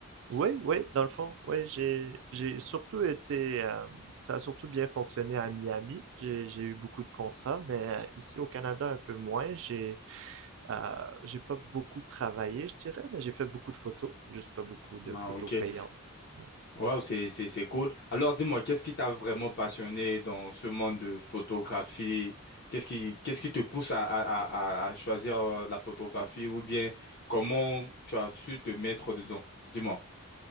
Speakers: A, on the right; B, on the left.
A: oui, oui, dans le fond, oui, j'ai, j'ai surtout été, euh, ça a surtout bien fonctionné à Miami. J'ai, j'ai eu beaucoup de contrats, mais euh, ici au Canada un peu moins. J'ai, euh, j'ai pas beaucoup travaillé, je dirais, mais j'ai fait beaucoup de photos, juste pas beaucoup de
B: Ah,
A: photos
B: ok.
A: payantes. Ouais.
B: Wow, c'est, c'est, c'est cool. Alors dis-moi, qu'est-ce qui t'a vraiment passionné dans ce monde de photographie? Qu'est-ce qui, qu'est-ce qui te pousse à, à, à, à à choisir euh, la photographie ou bien comment tu as su te mettre dedans? Dis-moi.